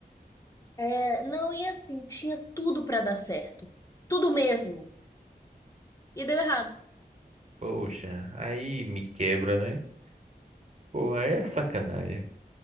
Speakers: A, on the left; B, on the right.
A: É, não, e assim, tinha tudo pra dar certo. Tudo mesmo. E deu errado.
B: Poxa, aí me quebra, né? Pô, aí é sacanagem.